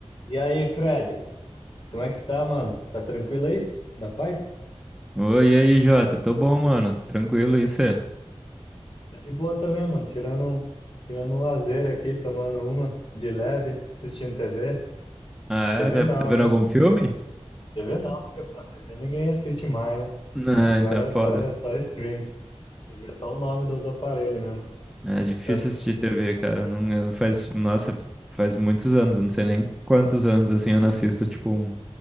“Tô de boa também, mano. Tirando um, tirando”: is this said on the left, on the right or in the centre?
Left